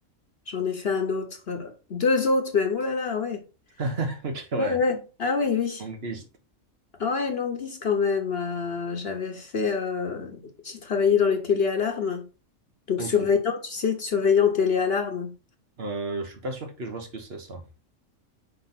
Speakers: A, on the left; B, on the right.
A: j'en ai fait un autre, euh, deux autres même. Oh là là, ouais.
B: <laughs> Ok, ouais.
A: Ouais, ouais. Ah oui, oui.
B: Angliste.
A: Ah ouais, une longue liste quand même. Euh, j'avais fait, euh, j'ai travaillé dans les téléalarmes. Donc
B: Ok.
A: surveillant, tu sais, surveillant téléalarme.
B: Euh, je suis pas sûr que je vois ce que c'est, ça.